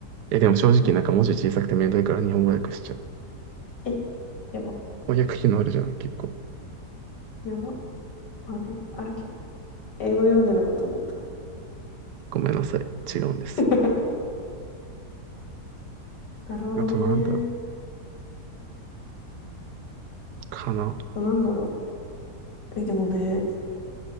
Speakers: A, on the right; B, on the left.
A: え、でも正直なんか文字小さくてめんどいから日本語訳しちゃう。
B: ね、え、やば、
A: 翻訳機能あるじゃん、結構。
B: やば。あれ、あるけど。英語で読んでるのかと思ったよ。
A: ごめんなさい。違うんです。
B: <laughs> なるほどね。
A: あとなんだろう。かな。
B: なんだろう。え、でもね。